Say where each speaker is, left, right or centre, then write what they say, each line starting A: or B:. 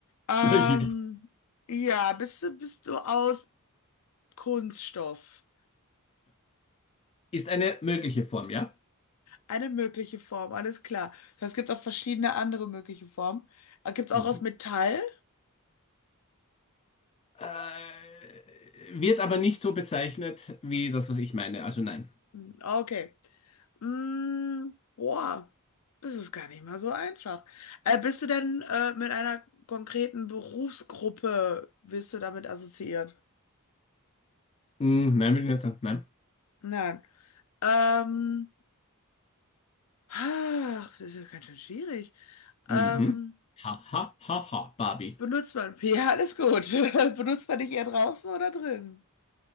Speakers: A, on the left; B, on the left.
A: Ähm,
B: <laughs> Okay.
A: ja, bist du, bist du aus Kunststoff?
B: Ist eine mögliche Form, ja?
A: Eine mögliche Form, alles klar. Das heißt, es gibt auch verschiedene andere mögliche Formen. Gibt es auch
B: Mhm.
A: aus Metall?
B: Äh, wird aber nicht so bezeichnet wie das, was ich meine. Also nein.
A: Hm, Okay. Mm, boah, das ist gar nicht mal so einfach. Äh, bist du denn äh, mit einer konkreten Berufsgruppe, bist du damit assoziiert?
B: Mm, nein, würde ich nicht sagen. Nein.
A: Nein. Ähm, ach, das ist ja ganz schön schwierig.
B: Mhm.
A: Ähm,
B: Ha, ha, ha, ha, Barbie.
A: Benutzt man P, alles gut. <laughs> Benutzt man dich eher draußen oder drin?